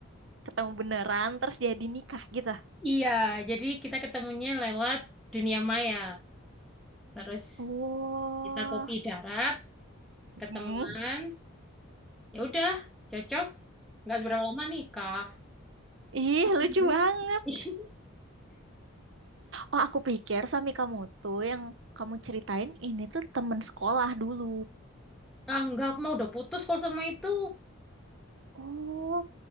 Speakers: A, on the right (about 60°); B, in the centre.
A: ketemu beneran, terus jadi nikah gitu.
B: Iya, jadi kita ketemunya lewat dunia maya. Terus
A: Oh,
B: kita kopi darat, ketemuan.
A: hmm.
B: Ya udah, cocok. Nggak seberapa lama nikah.
A: Ih,
B: Aku
A: lucu
B: gimana?
A: banget.
B: <laughs>
A: Oh, aku pikir suami kamu tuh yang kamu ceritain ini tuh temen sekolah dulu.
B: Ah, enggak, aku mau udah putus kalau sama itu.
A: Oh,